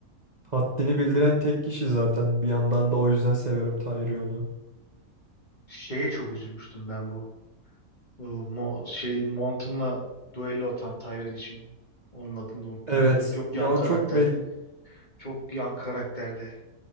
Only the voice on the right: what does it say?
Haddini bildiren tek kişi zaten. Bir yandan da o yüzden seviyorum Tyrion'u.
Evet.
Ya o
çok belli.